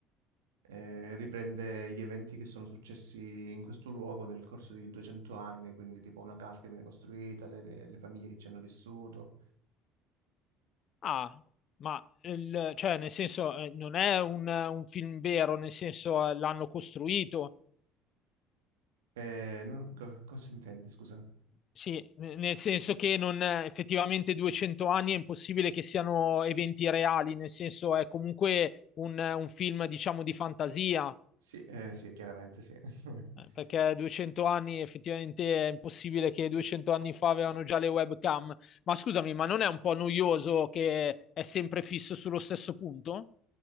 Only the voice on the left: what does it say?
Ah, ma il- cioè, nel senso, eh, non è un, un film vero, nel senso, eh, l'hanno costruito.
Sì, n- nel senso che non, effettivamente 200 anni è impossibile che siano eventi reali, nel senso è comunque un, un film, diciamo, di fantasia,
eh, perché 200 anni effettivamente è impossibile che 200 anni fa avevano già le webcam. Ma scusami, ma non è un po' noioso che è sempre fisso sullo stesso punto?